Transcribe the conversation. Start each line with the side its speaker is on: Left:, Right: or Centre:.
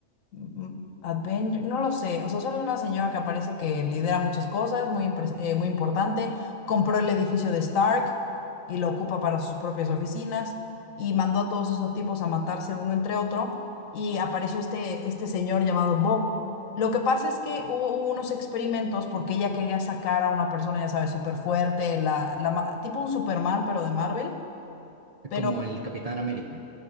Left: mm, Avenger, no lo sé. O sea, solo es una señora que aparece que lidera muchas cosas, muy, impres- eh, muy importante. Compró el edificio de Stark y lo ocupa para sus propias oficinas y mandó a todos esos tipos a matarse uno entre otro. Y apareció este, este señor llamado Bob lo que pasa es que hubo unos experimentos porque ella quería sacar a una persona, ya sabes, súper fuerte, la, la ma- tipo un Superman, pero de Marvel. Pero,
Right: Como el Capitán América.